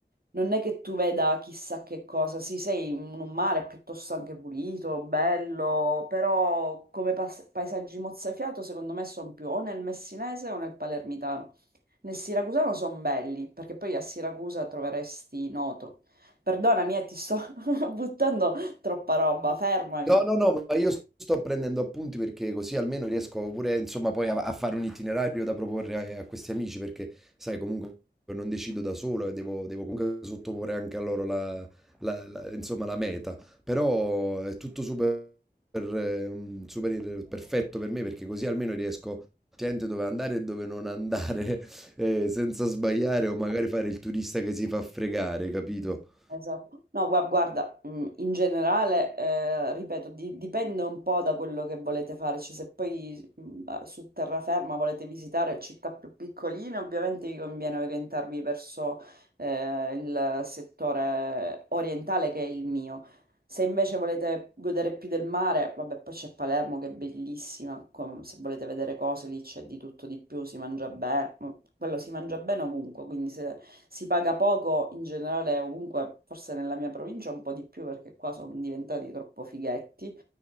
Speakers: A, on the right; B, in the centre.
A: non è che tu veda chissà che cosa. Sì, sei in un mare piuttosto anche pulito, bello, però come pas- paesaggi mozzafiato secondo me sono più o nel messinese o nel palermitano. Nel siracusano sono belli, perché poi a Siracusa troveresti Noto. Perdonami, eh, ti sto <laughs> buttando troppa roba, fermami.
B: No, no, no, ma io sto prendendo appunti perché così almeno riesco pure, insomma, poi a, a fare un itinerario da proporre a, eh, a questi amici perché, sai, comunque non decido da solo e devo, devo comunque sottoporre anche a loro la, la- la- insomma, la meta. Però è tutto super, eh, mm, super perfetto per me perché così almeno riesco a scegliere dove andare e dove non andare <laughs> eh, senza sbagliare o magari fare il turista che si fa fregare, capito?
A: Esatto. No, gua- guarda, mh, in generale, eh, ripeto, di- dipende un po' da quello che volete fare, cioè se poi mh, ah, su terraferma volete visitare città più piccoline, ovviamente vi conviene orientarvi verso eh, il settore orientale che è il mio. Se invece volete godere più del mare, vabbè, poi c'è Palermo che è bellissima, com- se volete vedere cose lì c'è di tutto di più, si mangia bene, quello si mangia bene ovunque, quindi se si paga poco in generale ovunque, forse nella mia provincia un po' di più perché qua sono diventati troppo fighetti,